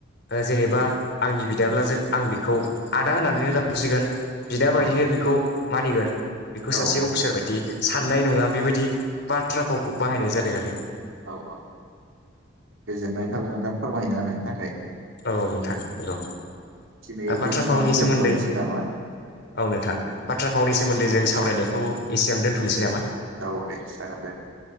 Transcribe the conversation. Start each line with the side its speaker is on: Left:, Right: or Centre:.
Left: जेनेबा आंनि बिदाब्लाजो आं बिखौ आदा होनानैनो गाबजिगोन। बिदा बायदिनो
Right: औ
Left: बेखौ मानिगोन बेखौ
Right: औ
Left: सासे अफिसार बायदि साननाय नङा बेबायदि बाथ्रा फावखौ बाहायनाय जादों आरो।
Right: औ औ गोजोननाय थाबाय नोंथां फोरमायना होनायनि थाखाय।
Left: औ नोंथां हेलौ।
Right: दिनै
Left: ओ बाथ्रा
Right: बेखिनियावनो
Left: भावनि
Right: दोनथ'नोसै
Left: सोमोन्दै
Right: नामा
Left: औ नोंथां बाथ्रा भावनि
Right: औ
Left: सोमोन्दै जों सावरायनाय खौ इसिआवनो दोनथ'नोसै नामा?
Right: औ दे जागोन दे